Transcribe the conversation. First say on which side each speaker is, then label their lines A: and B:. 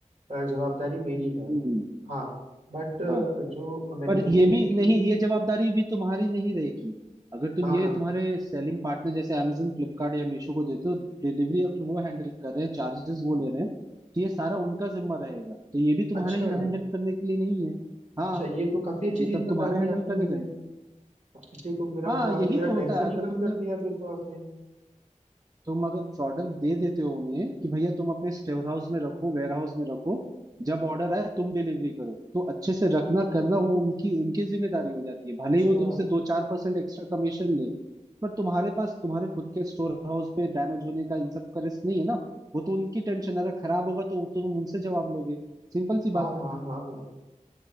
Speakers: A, on the right; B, on the right.
A: अ, जवाबदारी मेरी है
B: हम्म
A: हाँ बट
B: हाँ
A: जो मैन्युफैक्चरिंग
B: पर ये भी
A: की
B: नहीं ये जवाबदारी भी तुम्हारी नहीं रहेगी अगर तुम
A: हाँ
B: ये
A: हाँ
B: तुम्हारे सेलिंग पार्टनर जैसे Amazon फ्लिपकार्ट या मीशो को देते हो डिलीवरी अगर वो हैंडल कर रहे हैं चार्जेस वो ले रहे हैं तो ये सारा उनका जिम्मा रहेगा तो ये भी तुम्हारे
A: अच्छा
B: हैंडल करने के लिए नहीं है हाँ
A: अच्छा ये तो काफी अच्छी
B: ये
A: चीज
B: तब
A: बता
B: तुम्हारे
A: दी
B: हैंडल
A: आपने
B: करने
A: मुझे
B: का नहीं
A: इसी को मेरा
B: हाँ
A: मतलब आपने
B: यही
A: यार
B: तो होता
A: टेंशन
B: है
A: ही
B: अगर तुमने
A: कम कर दिया फिर तो आपने
B: तुम अगर प्रोडक्ट दे देते हो उन्हें कि भैया तुम अपने स्टोर हाउस में रखो वेयर हाउस में रखो जब ऑर्डर आए तुम डिलीवरी करो तो अच्छे से रखना करना वो उनकी उनकी जिम्मेदारी हो जाती है
A: अच्छा
B: भले ही वो तुमसे दो चार परसेंट एक्स्ट्रा कमीशन ले पर तुम्हारे पास तुम्हारे खुद के स्टोर हाउस पे डैमेज होने का इन सब का रिस्क नहीं है ना वो तो उनकी टेंशन अगर खराब होगा तो, तो तुम उनसे जवाब लोगे सिंपल सी
A: हाँ
B: बात
A: हाँ हाँ हाँ